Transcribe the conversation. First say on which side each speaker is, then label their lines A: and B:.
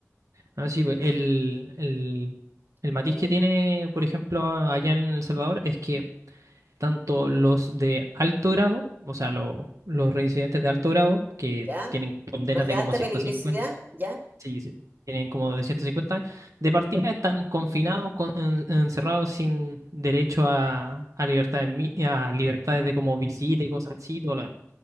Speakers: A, on the right; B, on the right.
A: ah, sí, pues, el, el, el
B: Bukele,
A: matiz que tiene, por
B: ah,
A: ejemplo, a- allá en El Salvador es que tanto los de alto grado, o sea, lo- los reincidentes de alto grado, que
B: ya.
A: tienen condenas
B: Los de
A: de
B: alta
A: como 150,
B: peligrosidad, ya,
A: sí, sí, tienen como de 150 años, de partida están confinados, con- en- encerrados sin derecho a, a libertad mi- a libertades de como visita y cosas así. todo lo demás.